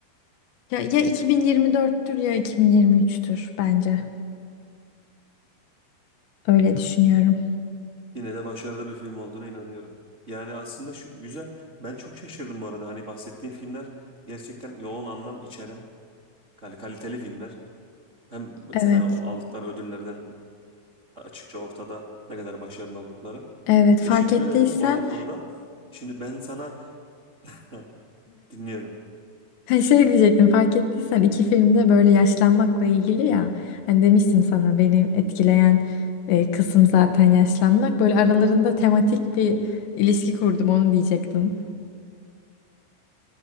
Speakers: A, on the left (about 70°); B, on the right (about 70°).
A: Ya ya 2024'tür ya 2023'tür bence. Öyle düşünüyorum.
B: Yine de başarılı bir film olduğuna inanıyorum. Yani aslında şu güzel. Ben çok şaşırdım bu arada. Hani bahsettiğim filmler gerçekten yoğun anlam içeren yani kaliteli filmler. Hem
A: Evet.
B: zaten aldıkları ödüllerden açıkça ortada ne kadar başarılı oldukları.
A: Evet
B: Teşekkür
A: fark ettiysen
B: ederim o, o konuda. Şimdi ben sana <laughs> dinliyorum.
A: Ha, şey diyecektim fark ettiysen iki filmde böyle yaşlanmakla ilgili ya. Hani demiştim sana benim etkileyen e, kısım zaten yaşlanmak. Böyle aralarında tematik bir ilişki kurdum onu diyecektim.